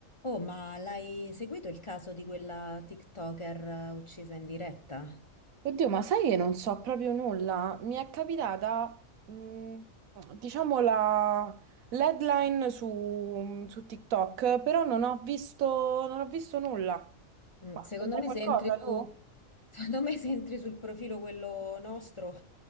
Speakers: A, on the left (about 30°); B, on the right (about 85°).
A: Oh, ma l'hai seguito il caso di quella TikToker eh, uccisa in diretta?
B: Oddio, ma sai che non so proprio nulla? Mi è capitata, mh, diciamo, la l'headline su, su TikTok, però non ho visto, non ho visto nulla.
A: Mm,
B: Ma
A: Secondo
B: c'è
A: me
B: qualcosa
A: se entri su,
B: tu?
A: <laughs> secondo me se entri sul profilo quello nostro